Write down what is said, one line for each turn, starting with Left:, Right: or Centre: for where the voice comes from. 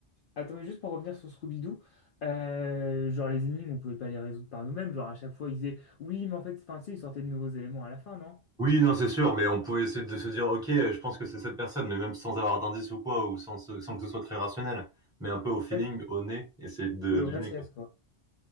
Left: Attends, mais juste pour revenir sur Scooby-Doo, euh, genre les énigmes, on pouvait pas les résoudre par nous-mêmes. Genre à chaque fois, ils disaient oui, mais en fait, enfin, si, ils sortaient de nouveaux éléments à la fin, non?
Centre: Oui, non, c'est sûr, mais on pouvait essayer de se dire, ok, euh, je pense que c'est cette personne, mais même sans avoir d'indice ou quoi, ou sans, ce- sans que ce soit très rationnel, mais un peu au feeling,
Left: Ah,
Centre: au nez, essayer de
Left: Oui, en
Centre: deviner,
Left: faciès,
Centre: quoi.
Left: quoi.